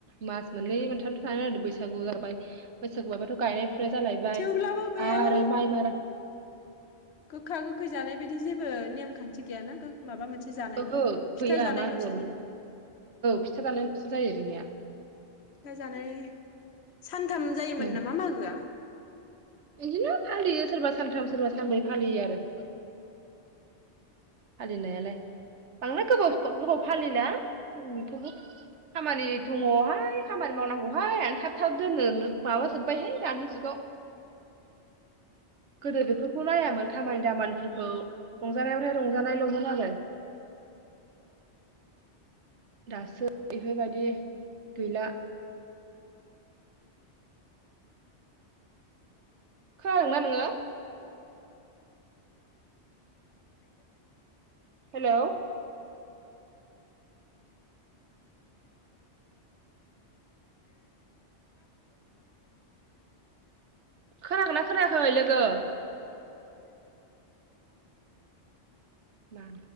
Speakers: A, on the right; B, on the left.
A: मास मोननै मोनथामसो थांना बैसागु जाबाय बैसागुआबोथ' गायनाय फुनाय जालायबाय
B: थेवब्लाबो बेयाव
A: आरो माइ मारा
B: गोखा गोखै जानाय बायदि जेबो नेम खान्थि गैयाना गो माबा मोनसे जानायनि
A: ओहो
B: फिथा
A: गैया
B: जानायल'सो
A: मागोआव
B: बिनिया औ।
A: फिथा जानायल'सो जायो जोंनिया
B: फिथा जानानै सानथाम जायोमोन
A: उम
B: नामा मागोआ?
A: बिदिनो फालियो सोरबा सानथाम सोरबा सानब्रै फालियो आरो। फालिनायालाय बांद्राय गोबाव गोबाव फालिला <unintelligible> खामानि दङहाय खामानि मावनांगौहाय आं थाब थाब दोननो माबाजोबबायहाय दानि जुगाव। गोदो बेफोरखौ नायामोन खामानि दामानिफोरखौ रंजानायावथाय रंजानायल'मोन आरो। दासो बेफोरबायदि गैला।
B: <inaudible>
A: खोनादोंना नोङो?
B: <inaudible>
A: हेलौ
B: <inaudible>
A: खोनाखोना खोनायाखै लोगो?
B: <inaudible>
A: मा